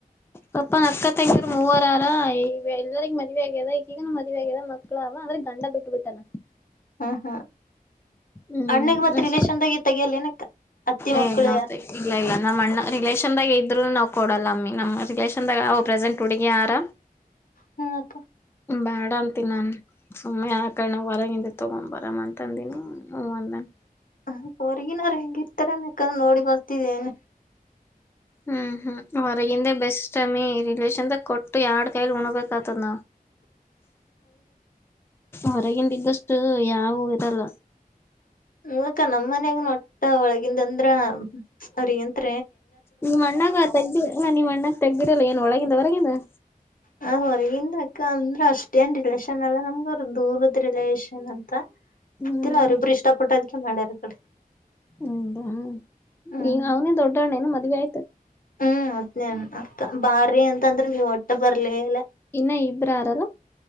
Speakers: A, on the left (about 15°); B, on the left (about 65°).
A: ಪಪ್ಪ ನ ಅಕ್ಕ ತಂಗರು ಮೂವರಾರ ಈ ಎಲ್ಲರಿಗ ಮದ್ವಿ ಆಗ್ಯದ ಈಗೀಗನು ಮದ್ವಿ ಆಗ್ಯದ ಮ. ಅವ ಆದ್ರೆ ಗಂಡ ಬಿಟ್ಟುಬಿಟ್ಟಾನ.
B: ಹ್ಮ ಹ್ಮ್
A: ಹ್ಮ್
B: ಅಣ್ಣಗ ಮತ್ತ
A: ಅಷ್ಟ
B: ರಿಲೇೇಶನ್ದಾಗೆ ತಗಿಯಲ್ಲ ಏನಕ್ಕ. ಅತ್ತಿ ಮಕ್ಕಳು
A: ಏ ನೌತೆ
B: ಯಾರ
A: ಇಲ್ಲ ಇಲ್ಲ ನಮ್ಮ್ಣ್ಣ ರಿಲೇಷನ್ದಾಗ ಇದ್ರು ನ. ಕೊಡಲ್ಲಮ್ಮಿ ನಮ್ಮ್ ರಿಲೇಶನ್ದಾಗವು ಪ್ರೆಸೆಂಟ್ ಹುಗಿ ಆರಾಮ್.
B: ಹ್ಮ ಅಕ್ಕ
A: ಬೇಡ ಅಂತ ನಾನ್ ಸುಮ್ಮನೆ ಹಾಕಣ. ಹೊರಗಿಂದೆ ತಗೊ್ ಬರ್ ಅಂತಂದಿನಿ ಹ ಅಂದನ್.
B: ಹ ಹೊರ್ಗಿನ್ರ ಹೆಂಗಿರ್ತಾರ ಕ ನೋಡಿ ಬರ್ತಿದ್ದೇನೆ.
A: ಹ್ಮ್ ಹ್ಮ್ ಹೊರಗಿಂದೆ ಬೆಸ್ಟ್ ಟಮಿ ರಿಲೇಷನ್ದಾಗ ಕೊಟ್ಟ. ಅು ಎರಡ್ ಕಾಯಲಿ ಉಣಬೇಕತದ ನ ಹೊರಗಿಂದಿದ್ದಷ್ಟು ಯಾವ ಇದಲ್ಲ
B: ಹಕ್ಕ ನಮ್ಮ ಮನ್ಯಾಗ ನೊಟ್ಟ ಒಳಗಿಂದ ಅಂದ್ರ ಅವ್ರಗತ್
A: ನಿ ಅಣ್ಣಾಗ ತೆಗಾ ನಿ ಅಣ್ಣಾಗ ತೆಬಿರಲ್ಲ ಏನ್ ಒಳಗಿಂದ ಹೊರಗೇನ
B: ಹ ಹೊರಗಿಂದ ಅಕ ಅಂದ್ರ ಅಷ್ಟೇ ನ್ ರಿಲೇಷನ್ ಅಲ್ಲ ನಮ್ಗ ಅವ್ರ ದೂರದ್ ರಿಲೇಷನ್ ಅಂತ
A: ಹ್ಮ್
B: ಗೊತ್ತಿಲ್ಲ ಅವರಿಬ್ರು ಇಷ್ಟ ಪಟ್ಟದ್ಕ ಮಾಡ್ಯಾರ ಕಡೆ
A: ಹದಾ
B: ಹ್ಮ್
A: ಈ ಅವನೇ ದೊಡ್ಡಣ್ಣೇನು ಮದ್ವಿ ಆಯ್ತ
B: ಹ್ಮ್ ಅತ್ನೇನ್ ಅಕ್ಕ ಬಾರಿೀ ಅಂತಂದ್ರ ನೀವು್ ಒಟ್ಟೆ ಬರ್ಲಿಲ್ಲ
A: ಇನ್ನ ಇಬ್ರಾರಲ್ಲ